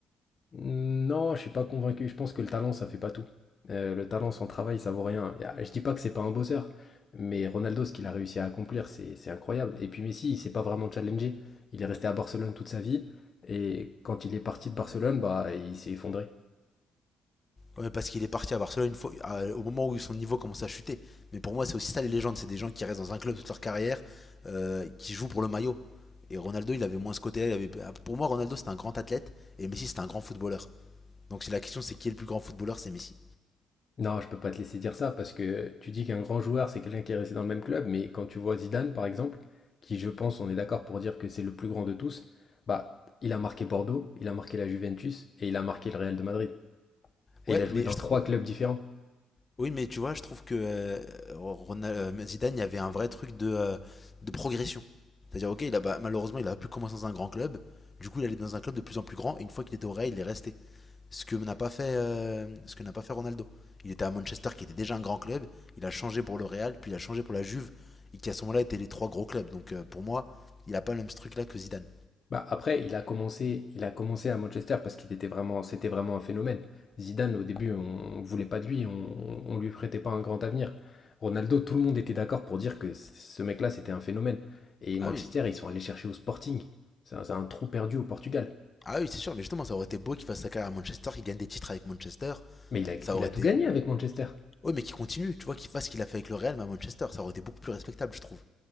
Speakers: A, on the left (about 45°); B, on the left (about 25°).
A: Non, je suis pas convaincu. Je pense que le talent, ça fait pas tout. Euh, le talent sans travail, ça vaut rien. Y a- Je dis pas que c'est pas un bosseur, mais Ronaldo, ce qu'il a réussi à accomplir, c'est c'est incroyable. Et puis Messi, il s'est pas vraiment challengé. Il est resté à Barcelone toute sa vie, et quand il est parti de Barcelone, bah, il s'est effondré.
B: Ouais, parce qu'il est parti à Barcelone une fois, à- au moment où son niveau commence à chuter. Mais pour moi, c'est aussi ça les légendes. C'est des gens qui restent dans un club toute leur carrière, euh, qui jouent pour le maillot. Et Ronaldo, il avait moins ce côté-là. il avait- Pour moi, Ronaldo, c'était un grand athlète et Messi, c'était un grand footballeur. Donc si la question, c'est qui est le plus grand footballeur, c'est Messi.
A: Non, je peux pas te laisser dire ça parce que tu dis qu'un grand joueur, c'est quelqu'un qui est resté dans le même club, mais quand tu vois Zidane, par exemple, qui je pense, on est d'accord pour dire que c'est le plus grand de tous, bah, il a marqué Bordeaux, il a marqué la Juventus et il a marqué le Real de Madrid. Et
B: Ouais,
A: il a joué
B: mais
A: dans
B: je
A: trois
B: trouve.
A: clubs différents.
B: Oui, mais tu vois, je trouve que euh, Rona- euh, Zidane, il y avait un vrai truc de, euh, de progression. C'est-à-dire, ok, il a, bah, malheureusement, il a pu commencer dans un grand club. Du coup, il allait dans un club de plus en plus grand. Et une fois qu'il était au Real, il est resté. Ce que n'a pas fait, euh, ce que n'a pas fait Ronaldo. Il était à Manchester, qui était déjà un grand club. Il a changé pour le Real, puis il a changé pour la Juve, et qui à ce moment-là étaient les trois gros clubs. Donc, euh, pour moi, il a pas le même ce truc-là que Zidane.
A: Bah, après, il a commencé, il a commencé à Manchester parce qu'il était vraiment, c'était vraiment un phénomène. Zidane, au début, on ne voulait pas de lui, on, on lui prêtait pas un grand avenir. Ronaldo, tout le monde était d'accord pour dire que c- ce mec-là, c'était un phénomène. Et Manchester,
B: Ah oui,
A: ils sont allés chercher au Sporting. C'est un, c'est un trou perdu au Portugal.
B: ah oui, c'est sûr. Mais justement, ça aurait été beau qu'il fasse sa carrière à Manchester, qu'il gagne des titres avec Manchester.
A: Mais il a,
B: Ça
A: il
B: aurait
A: a tout
B: été
A: gagné avec Manchester.
B: Oui, mais qu'il continue, tu vois, qu'il fasse ce qu'il a fait avec le Real, mais à Manchester, ça aurait été beaucoup plus respectable, je trouve.